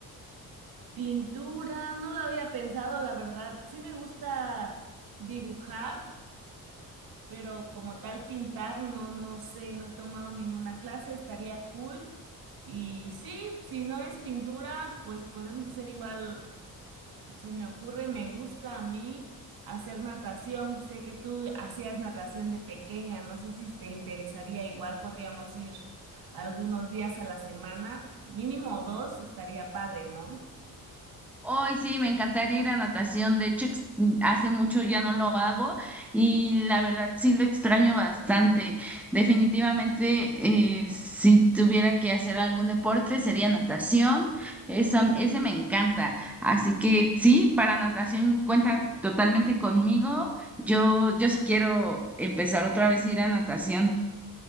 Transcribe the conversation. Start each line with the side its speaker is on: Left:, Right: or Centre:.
Right: Pintura, no lo había pensado, la verdad. Sí me gusta dibujar, pero como tal pintar, no, no sé, no he tomado ninguna clase, estaría cool. Y sí, si no es pintura, pues podemos hacer igual se me ocurre, me gusta a mí hacer natación. Sé que tú hacías natación de pequeña, no sé si te interesaría igual, podríamos ir algunos días a la semana, mínimo dos, estaría padre, ¿no?
Centre: Hoy sí, me encantaría ir a natación. De hecho, ex- hace mucho ya no lo hago y la verdad sí lo extraño bastante. Definitivamente, eh, si tuviera que hacer algún deporte, sería natación. Esa, ese me encanta. Así que sí, para natación cuenta totalmente conmigo. Yo, yo sí quiero empezar otra vez a ir a natación.